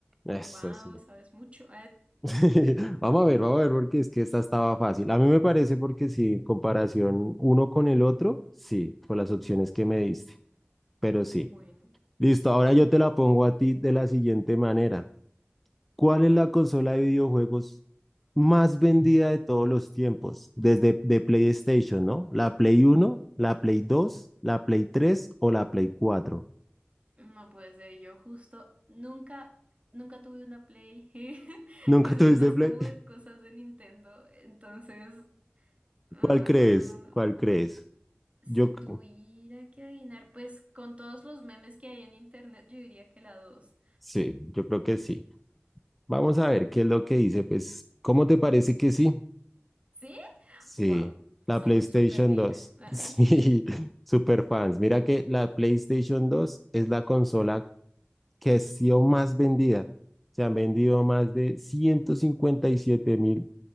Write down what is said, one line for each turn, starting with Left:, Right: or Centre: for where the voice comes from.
Centre: Eso
Right: Wow,
Centre: sí.
Right: sabes mucho.
Centre: <laughs> Vamos a ver, vamos a ver, porque es que esta estaba fácil. A mí me parece porque sí, en comparación uno con el otro, sí, por las opciones que me diste, pero sí.
Right: <laughs> bueno,
Centre: Listo, ahora yo te la pongo a ti de la siguiente manera. ¿Cuál es la consola de videojuegos más vendida de todos los tiempos? Desde de PlayStation, ¿no? ¿La Play Uno, la Play Dos, la Play Tres o la Play Cuatro.
Right: no puede ser. Yo justo nunca, nunca tuve una Play <laughs>
Centre: ¿Nunca
Right: y soy
Centre: tuviste
Right: más
Centre: Play?
Right: como
Centre: <laughs>
Right: de cosas de Nintendo. Entonces, mm,
Centre: ¿Cuál crees? ¿Cuál crees?
Right: si
Centre: Yo c-
Right: tuviera que adivinar, pues con todos los memes que hay en internet, yo diría que la 2.
Centre: sí, yo creo que sí. Vamos a ver qué es lo que dice. Pues, ¿cómo te parece que sí?
Right: ¿Sí?
Centre: Sí,
Right: Wow,
Centre: la
Right: somos
Centre: PlayStation
Right: super gamers.
Centre: Dos. <laughs> Sí,
Right: <laughs>
Centre: super fans. Mira que la PlayStation Dos es la consola que ha sido más vendida. Se han vendido más de ciento cincuenta y siete mil